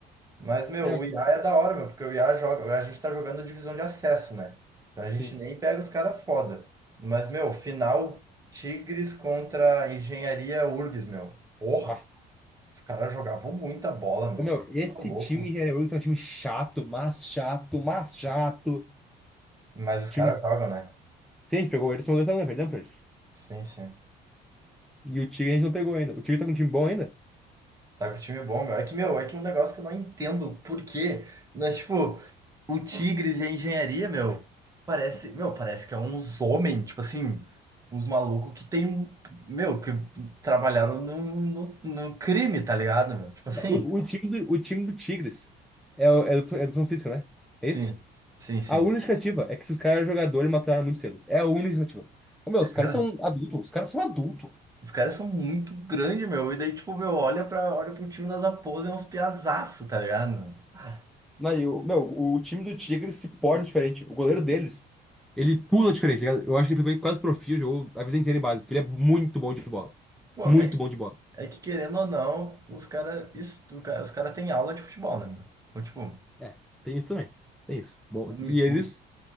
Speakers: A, on the right (about 20°); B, in the centre.
A: Mas, meu,
B: É,
A: o IA é da hora, meu, porque o IA joga. A gente tá jogando divisão de acesso, né? Então a
B: sim.
A: gente nem pega os caras foda. Mas, meu, final Tigres contra Engenharia URGS, meu. Porra,
B: Ah,
A: os caras jogavam muita bola, meu.
B: Ô, Meu, esse
A: Tá louco.
B: time de Henry Ruggs é um time chato, mas chato, mas chato.
A: Mas os
B: Time...
A: caras jogam, né?
B: Se a gente pegou eles, são dois anos, perdão, Pers.
A: Sim, sim.
B: E o Tigre a gente não pegou ainda. O Tigre tá com um time bom ainda?
A: Tá que o time é bom, meu. É que, meu, é que é um negócio que eu não entendo por quê. Mas, tipo, o Tigres e a engenharia, meu, parece, meu, parece que é uns homens, tipo assim, uns malucos que tem, meu, que trabalharam no, no, no crime, tá ligado, meu? Tipo assim,
B: O, o time do, o time do Tigres é, o- é, do, é do educação física, né?
A: sim,
B: É isso?
A: sim, sim.
B: A única justificativa é que esses caras eram jogadores e mataram muito cedo. É a única justificativa. Ô, Meu,
A: Cara,
B: os caras são adultos, os caras são adultos.
A: os caras são muito grandes, meu. E daí, tipo, meu, olha pra, olha pro time das Raposas, é uns piazaço, tá ligado? meu? Ah,
B: Não, e o, meu, o time do Tigre se porta diferente. O goleiro deles. Ele pula diferente, tá ligado? Eu acho que ele foi quase profissional, jogou a vida inteira em base, porque ele é muito bom de bola.
A: Pô,
B: Muito
A: é que
B: bom de bola.
A: É que querendo ou não, os caras estu... ca- os cara têm aula de futebol, né, meu? Então, tipo,
B: É, tem isso também. Tem isso. Bom,
A: o mi-
B: e eles,
A: o-